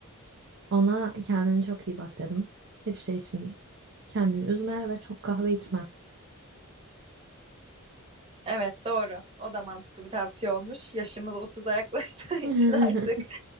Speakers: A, on the right (about 55°); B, on the right (about 25°).
A: Ona kendine çok iyi bak dedim. Hiçbir şey için kendini üzme ve çok kahve içme.
B: Evet doğru. O da mantıklı bir tavsiye olmuş. Yaşımız 30'a yaklaştığı <laughs> için
A: <laughs>
B: artık